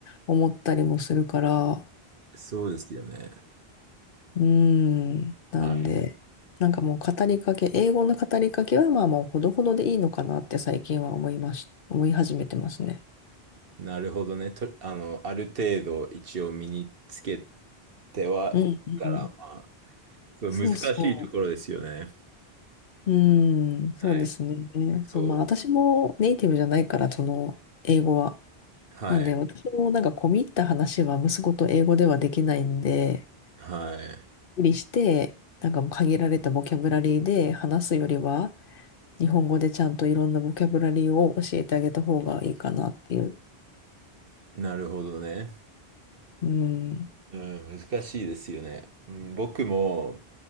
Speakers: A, on the left; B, on the right.
A: 思ったりもするから、
B: そうですよね。
A: うーん。
B: はい。
A: なんで、なんかもう語りかけ、英語の語りかけはまあもうほどほどでいいのかなって最近は思いまし、思い始めてますね。
B: なるほどね。と、あの、ある程度一応身につけてはいるから、
A: うん、うん。
B: まあ、そう難しいところですよね。
A: そうそう。うーん、そうですね。
B: はい。
A: そう、
B: そう。
A: まあ私もネイティブじゃないから、その英語は。
B: はい。
A: なんで私もなんか込み入った話は息子と英語ではできないんで、
B: は
A: 無理して、なんかもう限られたボキャブラリーで話すよりは、日本語でちゃんといろんなボキャブラリーを教えてあげた方がいいかなっていう
B: い。なるほどね。
A: うん、
B: うん、難しいですよね。うん、僕も、